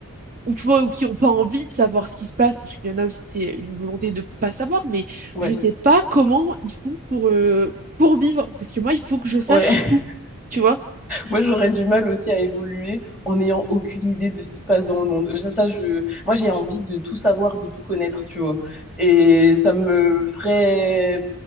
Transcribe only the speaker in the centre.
ouais.
Ouais, <laughs>
moi j'aurais du mal aussi à évoluer en n'ayant aucune idée de ce qui se passe dans le monde. Ça, ça, je, moi j'ai envie de tout savoir, de tout connaître, tu vois. Et ça me ferait,